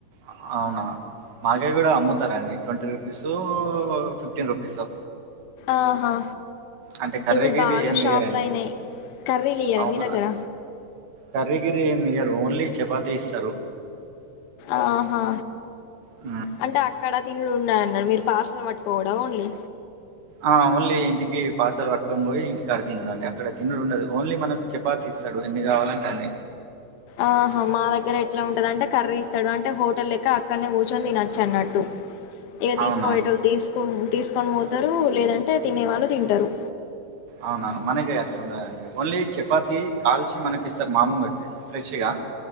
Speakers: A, on the right (about 75°); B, on the left (about 70°).
A: ఆ అవునా. మాకేయ్ గుడా అమ్ముతారండి, ట్వంటీ రూపీసో, ఫిఫ్టీన్ రూపీసో.
B: ఆహా.
A: అంటే కర్రి,
B: ఇప్పుడు
A: గిర్రి
B: బాగా
A: ఏమి
B: షాపులు
A: ఇయ్యరండి.
B: అయినాయి కర్రీలు ఇయ్యరా
A: అవునా,
B: మీ దగ్గర
A: కర్రి గిర్రి ఏం ఇయ్యరు, ఓన్లీ చపాతీ ఇస్తారు.
B: ఆహా.
A: హ్మ్.
B: అంటే అక్కడ తినుడు ఉండదు అన్నాట్టు, మీర్ పార్సల్ పట్టుకోపోవుడ ఓన్లీ.
A: ఆ ఓన్లీ ఇంటికి పర్సిల్ పట్టుకోని పోయి, ఇంటికి కాడా తినుడటా. ఇక్కడ తినుడుండదు, ఓన్లీ మనకు చపాతీ ఇస్తాడు ఎన్ని కావాలంటే అన్ని.
B: ఆహా మా దగ్గర ఎట్లా ఉంటది అంటే, కర్రీ ఇస్తాడు అంటే హోటల్ లెక్క, అక్కనే కూర్చొని తినచ్చు అన్నట్టు. <inaudible> ఇగ తీసుకోపోయేటోళ్ళు
A: అవునా
B: తీస్కున్ తీస్కొని పోతారు, లేదంటే తినే వాళ్ళు తింటారు.
A: అవునా మనకెయ్యి అట్లా ఉండదండి. ఓన్లీ చపాతి కాల్చి మనకి ఇస్తారు మాము గట్టి. ఫ్రెష్ గా,